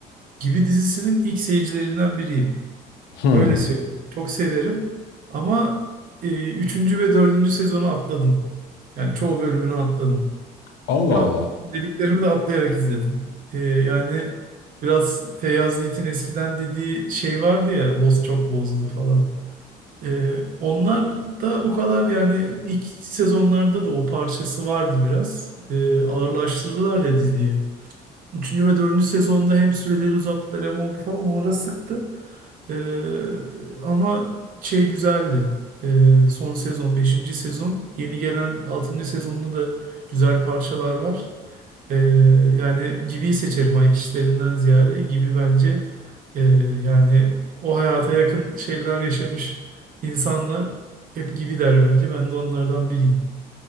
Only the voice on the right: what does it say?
Gibi dizisinin ilk seyircilerinden biriyim.
Öyle söyleyeyim. Çok severim ama e, üçüncü ve dördüncü sezonu atladım. Yani çoğu bölümünü atladım.
Ve
at dediklerimi de atlayarak izledim. E, yani biraz Feyyaz Yiğit'in eskiden dediği şey vardı ya Lost çok bozdu falan. Ee, onlar da o kadar yani ilk sezonlarda da o parçası vardı biraz. Ee, ağırlaştırdılar ya diziyi. Üçüncü ve dördüncü sezonda hem süreleri uzattılar hem oldu falan o ara sıktı. Ee, ama şey güzeldi. Ee, son sezon, beşinci sezon. Yeni gelen altıncı sezonda da güzel parçalar var. Ee, yani Gibi'yi seçerim ayak işlerinden ziyade. Gibi bence e, yani o hayata yakın şeyler yaşamış insanlar hep Gibi der bence. Ben de onlardan biriyim.